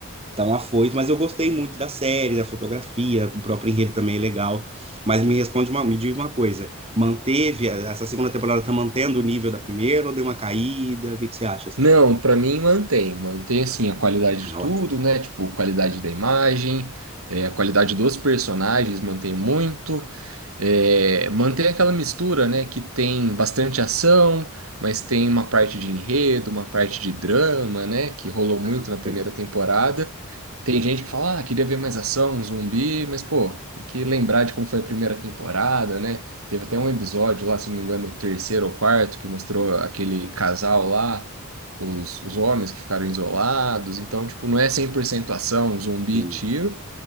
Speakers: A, on the right; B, on the right.
A: tão afoito, mas eu gostei muito da série, da fotografia, o próprio enredo também é legal. Mas me responde uma, me diz uma coisa, manteve, essa segunda temporada tá mantendo o nível da primeira ou deu uma caída? O que que você acha? assim?
B: Não, para mim mantém, mantém assim a qualidade
A: Ah,
B: de tudo,
A: ótimo,
B: né? Tipo, qualidade da imagem, eh, a qualidade dos personagens mantém muito, é, mantém aquela mistura, né, que tem bastante ação, mas tem uma parte de enredo, uma parte de drama, né, que rolou muito
A: bacana.
B: na primeira temporada. Tem gente que fala, ah, queria ver mais ação, um zumbi, mas, pô, tem que lembrar de como foi a primeira temporada, né? Teve até um episódio lá, se não me engano, o terceiro ou quarto, que mostrou aquele casal lá, os, os homens que ficaram isolados. Então, tipo, não é 100% ação, zumbi,
A: Sim.
B: e tiro.